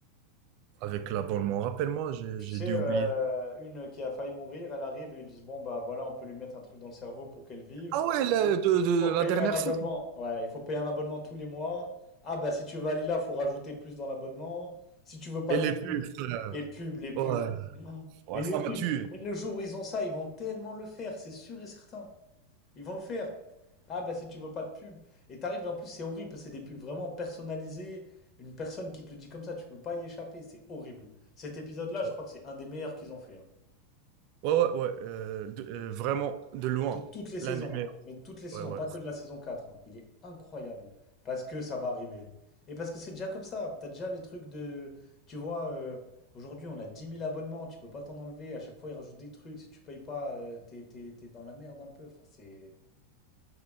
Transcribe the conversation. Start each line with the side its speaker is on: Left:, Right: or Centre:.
Right: avec l'abonnement. Rappelle-moi, j'ai,
Left: Tu
Right: j'ai
Left: sais,
Right: dû
Left: euh,
Right: oublier.
Left: une qui a failli mourir, elle arrive, ils lui disent, bon, bah voilà, on peut lui mettre un truc dans le cerveau pour qu'elle vive.
Right: Ah ouais, la, de, de-
Left: Il faut
Right: de la
Left: payer
Right: dernière
Left: un abonnement.
Right: saison.
Left: Ouais, il faut payer un abonnement tous les mois. Ah bah si tu veux aller là, faut rajouter plus dans l'abonnement. Si tu veux pas
Right: Et les
Left: de pub,
Right: pubs, frère.
Left: les pubs, les pubs.
Right: Ouais,
Left: Oh,
Right: ouais,
Left: mais le
Right: ça
Left: pub,
Right: m'a tué.
Left: mais le jour où ils ont ça, ils vont tellement le faire, c'est sûr et certain. Ils vont le faire. Ah bah si tu veux pas de pub. Et t'arrives, en plus c'est horrible, parce que c'est des pubs vraiment personnalisées. Une personne qui te le dit comme ça, tu peux pas y échapper, c'est horrible. Cet épisode-là, je
Right: Ouais.
Left: crois que c'est un des meilleurs qu'ils ont fait. hein.
Right: Ouais, ouais, ouais, euh, de- euh, vraiment de loin,
Left: De toutes les
Right: l'un
Left: saisons,
Right: des meilleurs.
Left: hein. mais de toutes les saisons,
Right: Ouais, ouais.
Left: pas que
Right: c'est
Left: de la saison quatre hein. Il est incroyable parce que ça va arriver. Et parce que c'est déjà comme ça. T'as déjà les trucs de. Tu vois, euh, aujourd'hui, on a dix mille abonnements, tu peux pas t'en enlever. À chaque fois, ils rajoutent des trucs. Si tu payes pas, euh, t'es, t'es- t'es dans la merde un peu. Enfin, c'est.